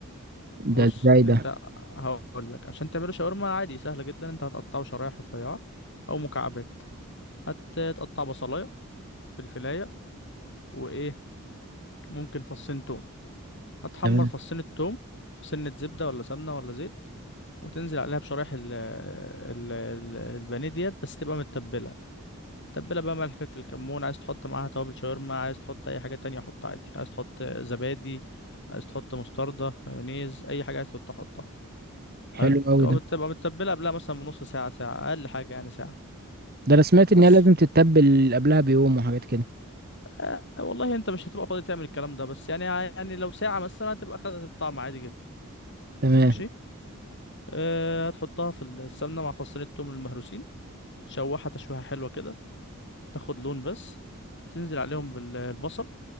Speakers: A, on the left; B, on the right.
A: بص
B: ده ازاي
A: انت
B: ده
A: هقول لك عشان تعمله شاورما عادي سهله جدا انت هتقطعه شرايح رفيعه او مكعبات هتقطع بصلايه فلفلايه وايه ممكن فصين توم هتحمر
B: تمام
A: فصين التوم في سنه زبده ولا سمنه ولا زيت وتنزل عليها بشرايح ال ال ال- البانيه ديت بس تبقى متبله تبله بقى ملح فلفل كمون عايز تحط معاها توابل شاورما عايز تحط اي حاجه تانية حط عادي عايز تحط زبادي عايز تحط مستردة مايونيز اي حاجه عايز تحط حطها حلو
B: حلو قوي
A: تبقى
B: ده
A: مت- تبقى متبلها قبلها مثلا بنص ساعة ساعة أقل حاجة يعني ساعة
B: ده انا سمعت
A: بس
B: ان هي لازم تتبل قبلها بيوم وحاجات كده
A: آه والله أنت مش هتبقى فاضي تعمل الكلام ده بس يعني يعني لو ساعة مثلا هتبقى خدت الطعم عادي جدا
B: تمام
A: ماشي آه هتحطها في السمنة مع فصين التوم المهروسين تشوحها تشويحة حلوة كده تاخد لون بس تنزل عليهم بالبصل